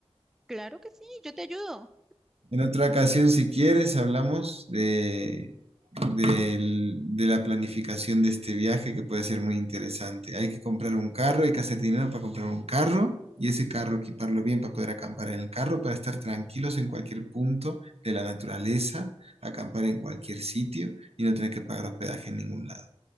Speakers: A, in the centre; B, on the right.
A: Claro que sí, yo te ayudo.
B: En otra ocasión, si quieres, hablamos de, del- de la planificación de este viaje que puede ser muy interesante. Hay que comprar un carro, hay que hacer dinero para comprar un carro y ese carro equiparlo bien para poder acampar en el carro, para estar tranquilos en cualquier punto de la naturaleza, acampar en cualquier sitio y no tener que pagar hospedaje en ningún lado.